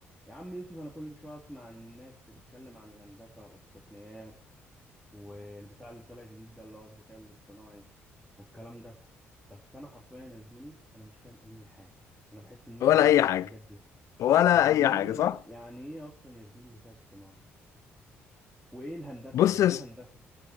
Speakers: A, in the centre; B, on the left.
A: يا عم يوسف انا كل شويه اسمع الناس بتتكلم عن الهندسه والتقنيات والبتاع اللي طالع جديد ده اللي هو الذكاء الاصطناعي والكلام ده بس انا حرفيا يا زميلي انا مش فاهم اي حاجه انا بحس ان انا
B: ولا
A: ميح
B: اي حاجه
A: في الحاجات دي
B: ولا
A: يعني
B: اي
A: ايه
B: حاجه صح
A: يعني ايه اصلا يا زميلي ذكاء اصطناعي وايه الهندسه
B: بص
A: يعني
B: يا
A: ايه
B: س-
A: هندسه